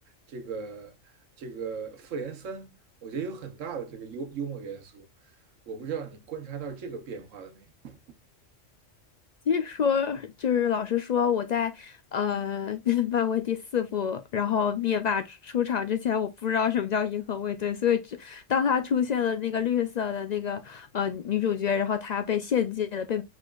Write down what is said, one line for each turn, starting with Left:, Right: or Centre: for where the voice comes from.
Right: 这个这个复联三，我觉得有很大的这个幽幽默元素。我不知道你观察到这个变化了没有？
Left: 其实说就是老实说，我在呃 <laughs> 漫威第四部，然后灭霸出出场之前，我不知道什么叫银河卫队，所以只当他出现了那个绿色的那个呃女主角，然后她被献祭了，被